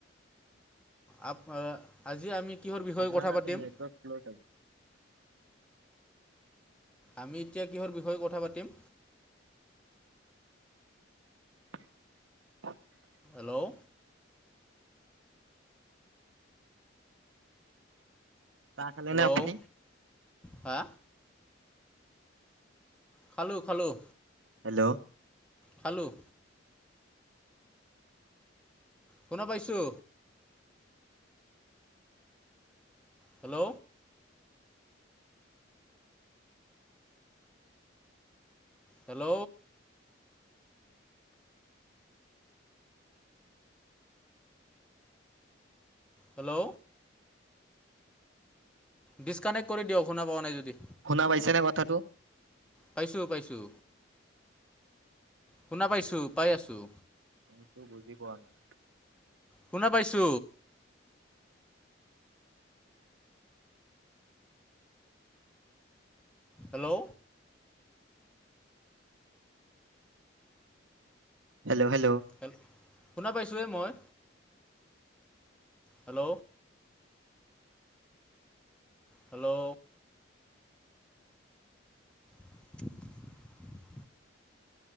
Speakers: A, in the centre; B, on the right.
A: আ আজি আমি কিহৰ বিষয়ে
B: আপোনাৰ
A: কথা
B: তাতে
A: পাতিম?
B: নেটৱৰ্ক শ্ল' থাকে
A: আমি এতিয়া কিহৰ বিষয়ে কথা পাতিম
B: <unintelligible>
A: হেল্ল'
B: চাহ খালে
A: হেল্ল'
B: নে আপুনি
A: হা খালোঁ খালোঁ
B: হেল্ল'
A: খালোঁ শুনা পাইছোঁ। Hello hello. হেল্ল ডিছকানেক্ট কৰি দিয়ক শুনা পোৱা নাই যদি।
B: শুনা পাইছা নে কথাটো।
A: পাইছোঁ পাইছোঁ। শুনা পাইছোঁ পাই আছোঁ।
B: কিন্তু বুজি পোৱা নাই
A: শুনা পাইছোঁ। হেল্ল'।
B: Hello hello.
A: হেল্ল শুনা পাইছোঁৱে মই হেল্ল'। হেল্ল'। <inaudible>